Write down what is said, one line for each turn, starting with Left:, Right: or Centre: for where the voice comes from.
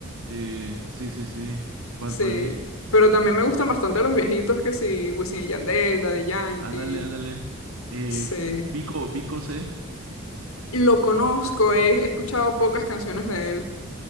Right: sí, sí, sí, sí. Bad
Left: Sí,
Right: Bunny.
Left: pero también me gustan bastante los viejitos que sí, Wisin y Yandel, Daddy Yankee.
Right: Ándale, ándale. Eh,
Left: Sí,
Right: Vico, Vico C.
Left: lo conozco, he, he escuchado pocas canciones de él.